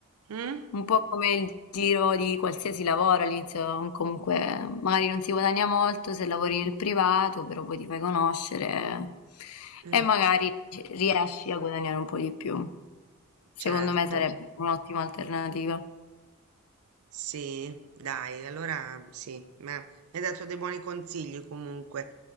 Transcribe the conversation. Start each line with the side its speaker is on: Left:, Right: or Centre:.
Right: Mm?
Left: Un po' come il giro di qualsiasi lavoro, all'inizio comunque magari non si guadagna molto se lavori nel privato, però poi ti fai conoscere
Right: Eh,
Left: e magari riesci a guadagnare un po' di più. Secondo
Right: certo.
Left: me sarebbe un'ottima alternativa.
Right: Sì, dai, allora sì, ma mi hai dato dei buoni consigli comunque,